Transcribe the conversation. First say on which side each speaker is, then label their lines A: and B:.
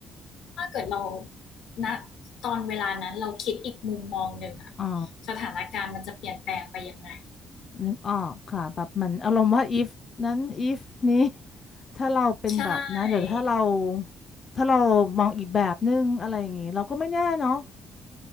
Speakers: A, on the left; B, on the left.
A: ถ้าเกิดเราณตอนเวลานั้นเราคิดอีกมุมมองหนึ่งอะ
B: อ๋อ
A: สถานการณ์มันจะเปลี่ยนแปลงไปยังไง
B: นึกออกค่ะแบบเหมันอารมณ์ว่า if นั้น if นี้ถ้าเราเป็นแบบนั้นหรือถ้าเรา
A: ใช่
B: ถ้าเรามองอีกแบบนึงอะไรอย่างงี้เราก็ไม่แน่เนาะ